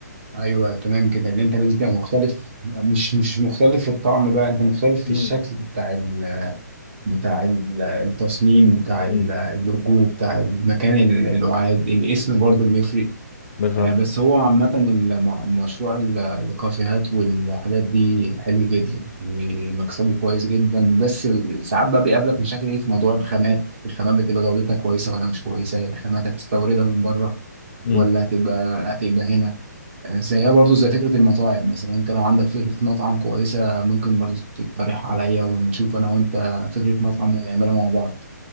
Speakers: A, on the right; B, on the left.
A: ايوه تمام كده اللي انت لازم تبقى مختلف مش مش مختلف في الطعم بقى انت مختلف في
B: امم
A: الشكل بتاع ال بتاع ال- التصميم بتاع
B: امم
A: ال- اللوجو بتاع المكان ال- القعاد الاسم برضه بيفرق
B: بالظبط
A: آه، بس هو عامة الم- مشروع ال- الكافيهات والحاجات دي حلو جدا ومكسبه كويس جدا بس ساعات بقى بيقابلك مشاكل ايه في موضوع الخامات الخامات بتبقى جودتها كويسة ولا مش كويسة الخامات هتستوردها من بره
B: امم
A: ولا هتبقى هتبقى هنا زيها برضو زي فكرة المطاعم مثلا انت لو عندك فكرة مطعم كويسة ممكن برضو تقترح عليا ونشوف انا وانت فكرة مطعم ونعملها مع بعض